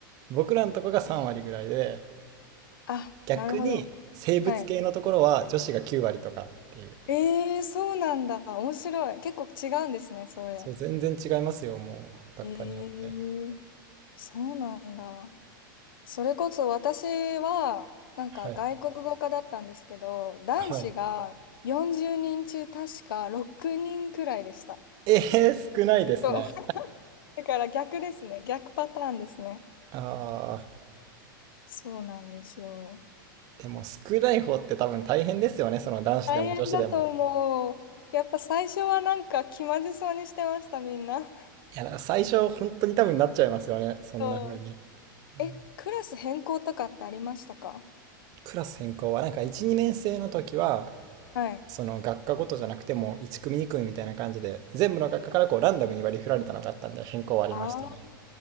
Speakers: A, on the right (about 35°); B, on the left (about 80°).
A: 僕らのとこが3割ぐらいで、
B: あ、
A: 逆に生物系のところは女子が9割とかっていう。
B: なるほど。はい。ええそうなんだ。面白い。結構違うんですね、それ。
A: そう、全然違いますよ、もう、学科によって。
B: ええそうなんだ。それこそ私は、なんか外国語科だったんですけど、
A: はい。
B: 男子が40人中確か6人くらいでした。
A: はい。えー、少ないですね。
B: そう。だから逆ですね。逆パターンですね。
A: ああ、
B: そうなんですよ。
A: でも少ない方って多分大変ですよね、その男子でも女子でも。
B: 大変だと思う。やっぱ最初はなんか気まずそうにしてました、みんな。
A: いや、だから最初、本当に多分なっちゃいますよね。そんな風に。
B: そう
A: うん
B: え、クラス変更とかってありましたか
A: クラス変更は、なんか1、2年生の時は、
B: はい。
A: その学科ごとじゃなくても1組2組みたいな感じで、全部の学科からこうランダムに割り振られたのがあったんで、変更はありましたね。
B: ああ、